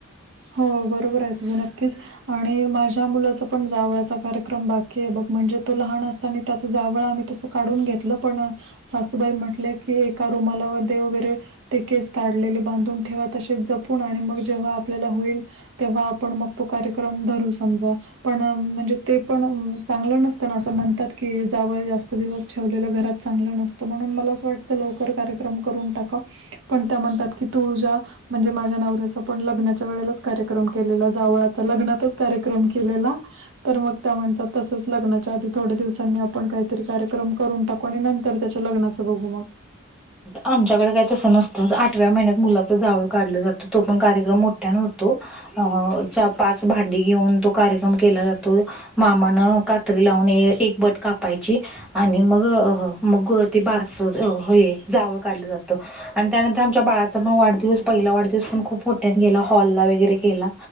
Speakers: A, on the right (about 55°); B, in the centre.
A: हो बरोबर आहे तुझं नक्कीच आणि माझ्या मुलाचं पण जावळाच कार्यक्रम बाकी आहे बघ म्हणजे तो लहान असताना त्याच जावळ आम्ही तस काढून घेतलं पण सासूबाई म्हटलं कि एका वरे केस बांधून ठे त ज जेव्हा आपल्याला होईल तेव्हा आपण मग तो कार्यक्रम धरू समजा पण म्हणजे ते पण चांगलं नसताना असं म्हणतात की जावळ जास्त दिवस ठेवलेलं घरात चांगलं नसतं म्हणून मला असं वाटतं लवकर कार्यक्रम करून टाका पण त्या म्हणतात की तुझ्या म्हणजे माझ्या नवऱ्याच पण लग्ना वेळेच कार्यक्रम केलेला जावळाचा लग्नातच कार्यक्रम केलेला तर मग त्या म्हणतात तसंच लग्नाच्या आधी थोड्या दिवसांनी आपण काहीतरी कार्यक्रम करून टाक कोणी नंतर त्याच्या लग्नाचं बघू मग
B: आमच्याकडे काय तसं नसतं आठव्या महिन्यात मुलाच जावळ काढलं जातं तो पण कार्यक्रम मो होतो अ पाच भांडी घेऊन तो कार्यक्रम केला जातो मामान कात्री लावून एक बट कापायची आणि मग मग ते बारस हो जावं काढलं जातं आणि त्यानंतर आमच्या बा पण वाढदिवस पहिला वाढदिवस पण खूप खोट्या गेला हॉलला वगैरे केला